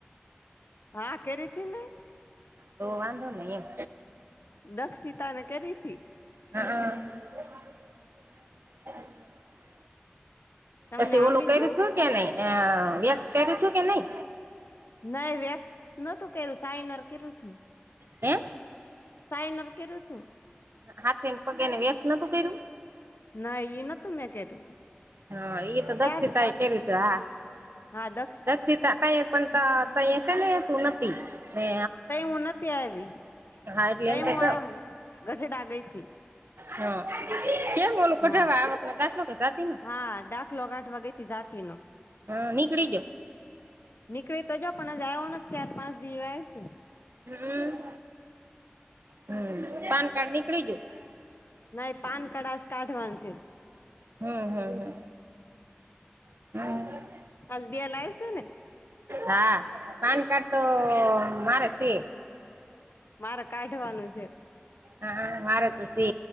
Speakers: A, on the left; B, on the right.
A: હા કરી હતી ને.
B: તો વાંધો નહી એમ.
A: દક્ષિતા ને કરી હતીથી.
B: હમ હમ
A: તમને
B: પછી
A: આવડી
B: ઓલું કર્યું
A: ગયો
B: હતું કે નહી અ વેકસ કર્યું હતું કે નહી?
A: નહી વેક્સ નતું કર્યું સાઇનર કરું તું.
B: હે?
A: સાયનર કર્યું તું.
B: હાથેને પગેને વેક્સ નોતું કર્યું?
A: ના ઈ નતું મેં કર્યું.
B: હા એ તો
A: ત્યારે
B: દક્ષીતા‌એ કઈતી હાહ
A: હા દ
B: દક્ષિતા ત પણ તતું નથી ને
A: તઈ હું નથી આવી.
B: હાારટલે
A: તઈ
B: એમ
A: હું
B: તક
A: આમ ગઢડા ગઈ હતી
B: હમ. કેમ બોલું કઢવા
A: હા
B: આ વક ન દાખલો ન કે જાથી નો?
A: હા દાખલો કાઢવા ગઈ તી જાતિ નો
B: હા નીકળી ગ્યો?
A: નીકળી તો જ પણ આવ્યો નથી ચાર પાંચ દિવ આવશે.
B: હમ હમ પાન કાર્ડ નીકળી ગ્યું?
A: નહીં પાનકાર્ડ આજ‌ કાઢવાનું છે.
B: હમ હમ હમ હમ
A: આજે બેન આવશે ને?
B: હા પાનકાર્ડ તો મારે સે.
A: મારે કાઢવાનું છે.
B: હા મારે તો સે